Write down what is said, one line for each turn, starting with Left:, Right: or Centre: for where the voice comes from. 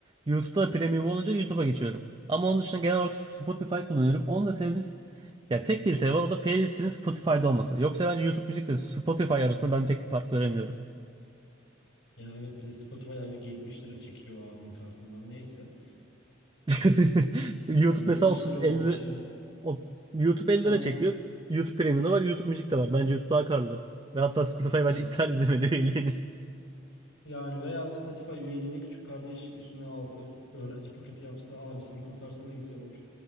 Right: YouTube'da da premium olunca YouTube'a geçiyorum. Ama onun dışında genel olarak Spotify kullanıyorum. Onun da sebebimiz ya tek bir sebebi var o da playlistimin Spotify'da olması. Yoksa bence YouTube müzik müzikle Spotify arasında ben pek bir fark göremiyorum.
Left: Ya evet bir de Spotify aylık 70 lira çekiyor abinin kartından neyse.
Right: <laughs> YouTube
Left: Yani
Right: mesela
Left: 70
Right: 30-50
Left: lira olmuş yani.
Right: o- YouTube 50
Left: Sen
Right: lira çekiyor. YouTube Premium'da var, YouTube Müzik de var. Bence YouTube daha karlı. Ve hatta Spotify bence
Left: evet,
Right: iptal edilmeli üyeliğini.
Left: yani veya Spotify üyeliğini küçük kardeş üstüne alsa, öğrenci paketi yapsa, abisini kurtarsa ne güzel olur.